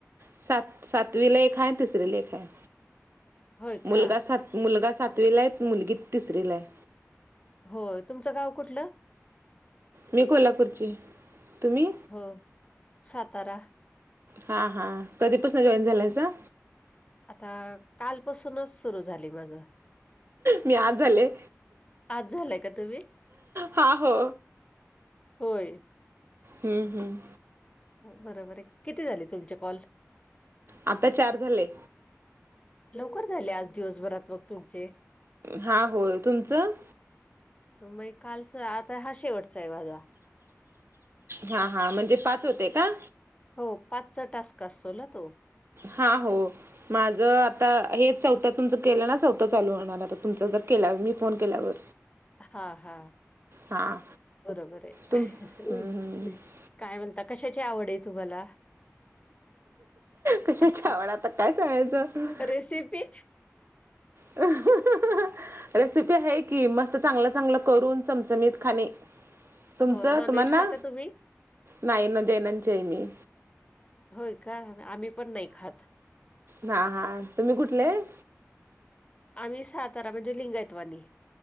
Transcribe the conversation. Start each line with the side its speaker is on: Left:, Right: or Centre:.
Right: सात सातवीला एक आहे. तिसरीला एक आहे.
Left: होय
Right: मुलगा
Left: का
Right: सात मुलगा सातवीला आहे. मुलगी तिसरीला आहे.
Left: होय. तुमचं गाव कुठलं?
Right: मी कोल्हापूरची. तुम्ही?
Left: हो सातारा.
Right: हां हां कधीपासून जॉईन झाला आहेसा?
Left: आता कालपासूनच सुरू झाली माझं.
Right: मी आज झाले.
Left: आज झालाय का तुम्ही?
Right: हां हो
Left: होय.
Right: हम्म हम्म.
Left: बरोबर आहे. किती झाले तुमचे कॉल?
Right: आता चार झाले.
Left: लवकर झाले आज दिवसभरात मग तुमचे.
Right: हा होय. तुमचं?
Left: मग कालच आता हा शेवटचा आहे माझा.
Right: हा हा म्हणजे पाच होते का?
Left: हो पाचचा टास्क असतो ना तो
Right: हा, हो. माझं आता हे चौथं तुमचं केलं ना चौथं चालू होणार आता तुमच जर केल्यावर मी फोन केल्यावर
Left: हा हा
Right: हा
Left: बरोबर आहे.
Right: तुम हम्म, हम्म.
Left: काय म्हणता कशाची आवड आहे तुम्हाला?
Right: कशाच्या
Left: ह, ह,
Right: आवड आता काय सांगायचं
Left: बरी आहे रेसिपी
Right: अ हम्म हम्म <unintelligible> <unintelligible> रेसिपी आहे की मस्त चांगलं चांगलं करून चमचमीत खाणे. तुमचं
Left: हो नॉनव्हेज
Right: तुम्हा ना
Left: खाता तुम्ही?
Right: ना ना जैनांचे आहे मी.
Left: होय का आम्ही पण नाही खात.
Right: हा हा तुम्ही कुठलाय?
Left: आम्ही सातारा म्हणजे लिंगायतवानी.